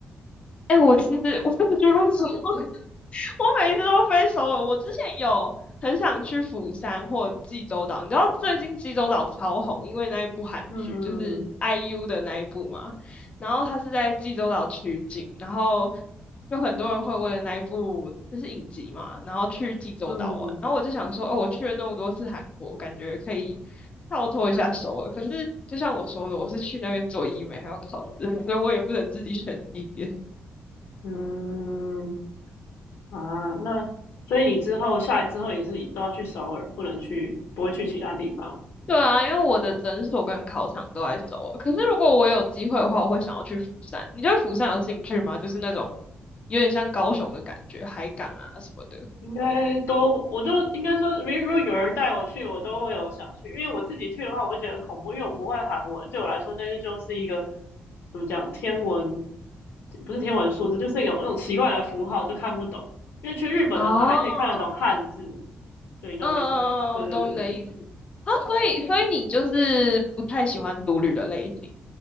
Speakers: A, on the left; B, on the left.
A: 哎、我其实我真的觉得分手 <laughs> 我每一次都飞首尔。我之前有很想去釜山或济州岛，你知道最近济州岛超红，因为那一部韩剧就是
B: 嗯
A: IU 的那一部嘛。然后他是在济州岛取景，然后就很多人会为了那一部就是影集嘛，然后去济州岛玩。
B: 嗯
A: 然后我就想说，哦，我去了那么多次韩国，感觉可以跳脱一下首尔。可是就像我说的，我是去那边做医美还要考试，所以我也不能自己选地点。
B: 嗯啊，那所以你之后下来之后也是都要去首尔，不能去不会去其他地方。
A: 对啊，因为我的诊所跟考场都在首尔。可是如果我有机会的话，我会想要去釜山。你对釜山有兴趣吗？就是那种有点像高雄的感觉，海港啊什么的。
B: 应该都，我就应该说，如如果有人带我去，我都会有想去，因为我自己去的话，我会觉得很恐怖，因为我不会韩文，对我来说，那个就是一个怎么讲，天文不是天文数字，就是有那种奇怪的符号，都看不懂。因为去日本的话，
A: 哦，
B: 还可以看得懂汉字，对，你懂我意思吗？
A: 嗯嗯嗯，
B: 对对对对，
A: 我懂你的意思。啊，所以所以你就是不太喜欢独旅的类型。